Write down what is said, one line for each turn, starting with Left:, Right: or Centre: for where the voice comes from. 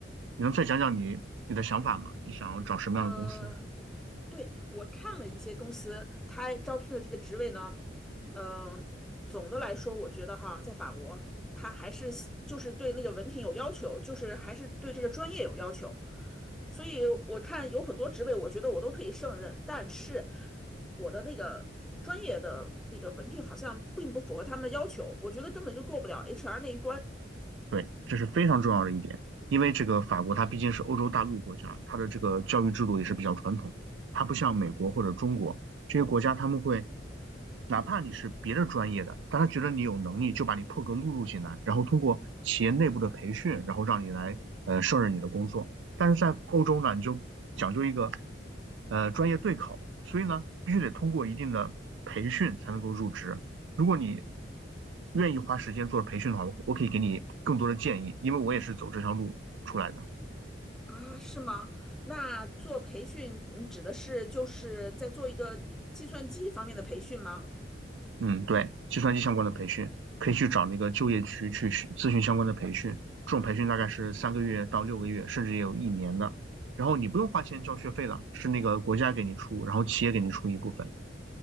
Right: 你能再讲讲你你的想法吗？你想要找什么样的公司？
Centre: 嗯。对，我看了一些公司，他招聘的这个职位呢，嗯、总的来说，我觉得哈，在法国，他还是就是对那个文凭有要求，就是还是对这个专业有要求。所以我看有很多职位，我觉得我都可以胜任，但是我的那个专业的那个文凭好像并不符合他们的要求，我觉得根本就过不了 HR 那一关
Right: 对，这是非常重要的一点，因为这个法国它毕竟是欧洲大陆国家，它的这个教育制度也是比较传统，它不像美国或者中国这些国家，他们会哪怕你是别的专业的，但他觉得你有能力，就把你破格录入进来，然后通过企业内部的培训，然后让你来呃胜任你的工作。但是在欧洲呢，你就讲究一个呃专业对口，所以呢，必须得通过一定的培训才能够入职。如果你愿意花时间做培训的话，我我可以给你更多的建议，因为我也是走这条路出来的。
Centre: 啊，是吗？那做培训，你指的是就是在做一个计算机方面的培训吗？
Right: 嗯，对，计算机相关的培训，可以去找那个就业区去询咨询相关的培训。这种培训大概是三个月到六个月，甚至也有一年的。然后你不用花钱交学费的，是那个国家给你出，然后企业给你出一部分。